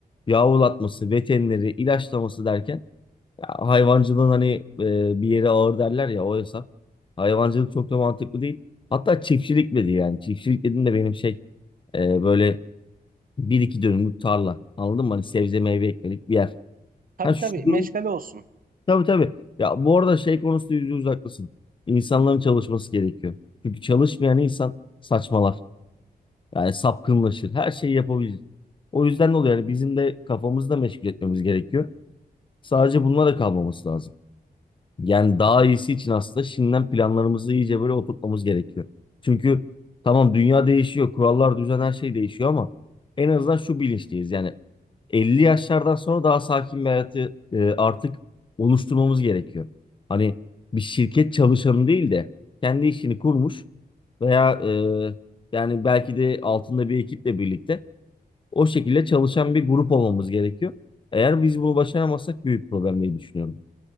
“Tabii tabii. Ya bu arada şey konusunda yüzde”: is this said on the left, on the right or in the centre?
Left